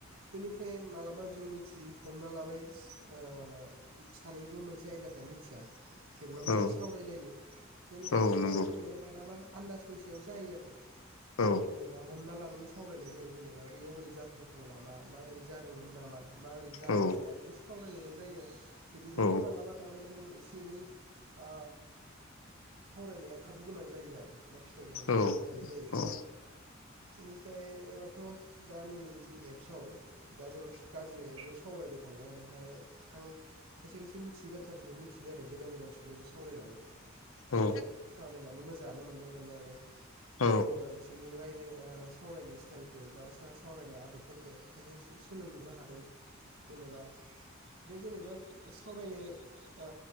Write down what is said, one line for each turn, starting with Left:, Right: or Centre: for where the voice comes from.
Right: बेनिफ्राय मालाबा जों मिथि हमना लाबाय ओ सानैबो मोनसे आयदाखौ मिथिया थेवब्लाबो
Left: औ
Right: जों सावरायलायो जेनेबा
Left: औ
Right: बे सावरायलायनाया
Left: नंगौ
Right: मालाबा आनदाजनि सायाव जायो आरो
Left: औ
Right: जेनेबा हमना लानानै सावरायनाय जायो जेनेबा बैयाव ओरै जाथावथाव नामा बा ओरै जादोंमोन नामा बा ओरै जागोन
Left: औ
Right: नामा बिदि सावरायलायनाय जायो बिदिजोंबो
Left: औ
Right: मालाबा थारमाने जों एसे एनै आ सावरायनाया खाबु गोनां जायो आरो बा फिथाइ गोनां जायो
Left: औ
Right: बिदि जायो
Left: औ
Right: बिनिफ्रायबाथ' दा नै जि एप्स आव दा जों <unintelligible> सावरायबाय थानाया बेहाय आं खायसे खायसे मिथियै बाथ्राफोरखौ मिथिदो आरो गोदान गोदान सुबुंजों सावरायनानै
Left: औ
Right: बिदि सावरायनानै मो जाङानो मोनदों मोननायालाय
Left: औ
Right: बे जेनेबा बिसोरनि रायलाय ओ सावरायनाय स्टाइलखौ बा सावरायनाय आदबफोरखौ खायसे सोलोंनोबो हादों जेनेबा बे जेनेबा सावरायनाय आ